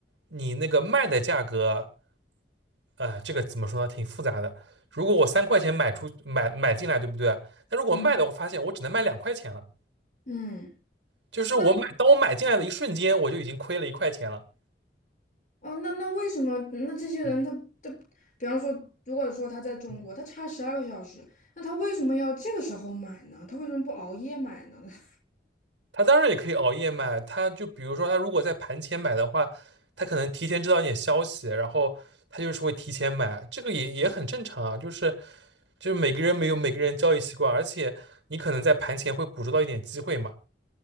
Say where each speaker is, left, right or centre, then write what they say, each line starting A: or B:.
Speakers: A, on the right; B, on the left.
A: 你那个卖的价格，呃，这个怎么说呢？挺复杂的。如果我三块钱买出买买进来，对不对？那如果卖的，
B: 嗯。
A: 我发现我只能卖两块钱了，
B: 嗯，
A: 就是我买当我买进来的一瞬间，
B: 那为
A: 我就已经亏了一块钱了。
B: 哦，那那为什么那这些人他他，
A: 嗯
B: 比方说，如果说他在中国，
A: 嗯。
B: 他差十二个小时，那他为什么要这个时候买呢？他为什么不熬夜买呢？<laughs>
A: 他当然也可以熬夜买，他就比如说他如果在盘前买的话，他可能提前知道一点消息，然后他就是会提前买，这个也也很正常啊，就是就是每个人没有每个人交易习惯，而且你可能在盘前会捕捉到一点机会嘛。